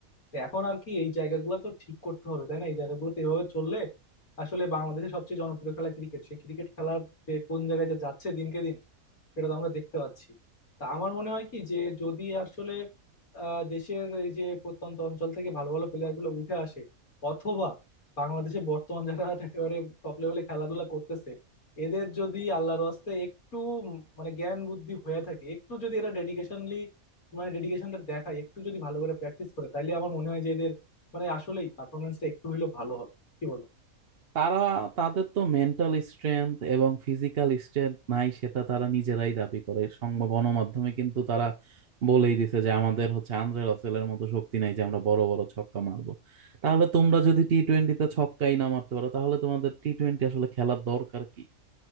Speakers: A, on the left; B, on the right.
A: তো এখন আর কি এই জায়গাগুলো তো ঠিক করতে হবে তাই না এই জায়গাগুলোতে এভাবে চললে আসলে বাংলাদেশের সবচেয়ে জনপ্রিয় খেলা ক্রিকেট সেই ক্রিকেট খেলার যে কোন জায়গায় যে যাচ্ছে দিনকে দিন সেটা তো আমরা দেখতে পাচ্ছি তা আমার মনে হয় কি যে যদি আসলে আহ, দেশের এই যে প্রত্যন্ত অঞ্চল থেকে ভালো ভালো প্লেয়ার গুলো উঠে আসে অথবা বাংলাদেশে বর্তমান যারা <laughs> একেবারে টপ লেভেলে খেলাধুলা করতেছে এদের যদি আল্লাহর হস্তে একটু উম মানে জ্ঞান বুদ্ধি হয়ে থাকে একটু যদি এরা ডেডিকেশনলি মানে ডেডিকেশনটা দেখায় একটু যদি ভালো করে প্র্যাকটিস করে তাহলে আমার মনে হয় যে এদের মানে আসলেই পারফরমেন্সটা একটু হলেও ভালো হবে কি বলো
B: তারা তাদের তো মেন্টাল স্ট্রেংথ এবং ফিজিক্যাল স্ট্রেংথ নাই সেটা তারা নিজেরাই দাবি করে সংবাদ গণমাধ্যমে কিন্তু তারা বলেই দিছে যে আমাদের হচ্ছে আন্দ্রে রাসেলের মতো শক্তি নাই যে আমরা বড় বড় ছক্কা মারবো তাহলে তোমরা যদি টি টোয়েন্টিতে ছক্কাই না মারতে পারো তাহলে তোমাদের টি টোয়েন্টি আসলে খেলার দরকার কি